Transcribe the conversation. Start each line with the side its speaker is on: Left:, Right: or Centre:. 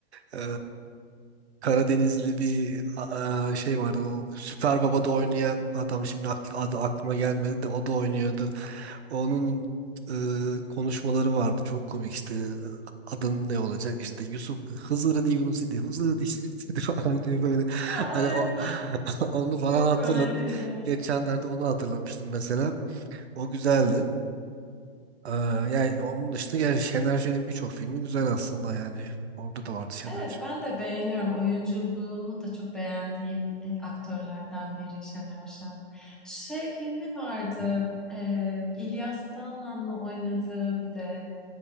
Right: e, Karadenizli bir a- a, şey vardı. O Süper Baba'da oynayan adam şimdi ak- adı aklıma gelmedi de o da oynuyordu. Onun e, konuşmaları vardı. Çok komik işte adın ne olacak işte Yusuf Hızır idi Yunus idi Hızır idi <laughs> idi falan diye böyle
Centre: <laughs> Ay,
Right: hani o <laughs> onu falan
Centre: çok
Right: hatırladım.
Centre: komediydi.
Right: Geçenlerde onu hatırlamıştım mesela. O güzeldi. Ee, yani onun dışında yani Şener Şen'in birçok filmi güzel aslında yani. Orada da vardı Şener
Centre: Evet
Right: Şen.
Centre: ben de beğeniyorum. Oyunculuğunu da çok beğendiğim e, aktörlerden biri Şener Şen. Şey filmi vardı. e, İlyas Salman'la oynadığı bir de.